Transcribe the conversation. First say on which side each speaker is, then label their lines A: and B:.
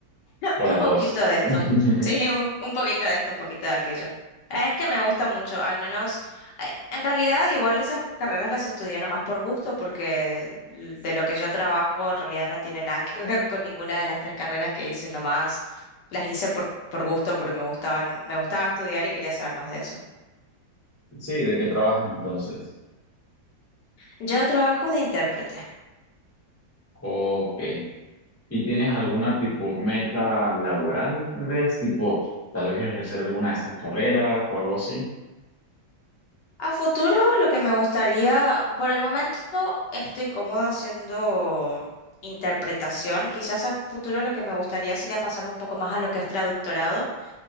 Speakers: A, on the left; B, on the left.
A: O
B: Un
A: las
B: poquito
A: dos.
B: de esto.
A: <laughs>
B: Sí, un un poquito de esto, un poquito de aquello. Eh, Es que me gusta mucho, al menos, eh, en realidad igual esas carreras las estudié nomás por gusto, porque de, de lo que yo trabajo en realidad no tiene nada que ver con ninguna de las tres carreras que hice, nomás las hice por, por gusto, porque me gustaban, me gustaba estudiar y quería saber más de eso.
A: Sí, ¿de qué trabajas entonces?
B: Yo trabajo de intérprete.
A: Ok. ¿Y tienes alguna tipo meta laboral, tal vez? Tipo, tal vez ejercer alguna de estas carreras o algo así.
B: A futuro, lo que me gustaría, por el momento estoy cómoda haciendo interpretación. Quizás a futuro lo que me gustaría sería pasarme un poco más a lo que es traductorado,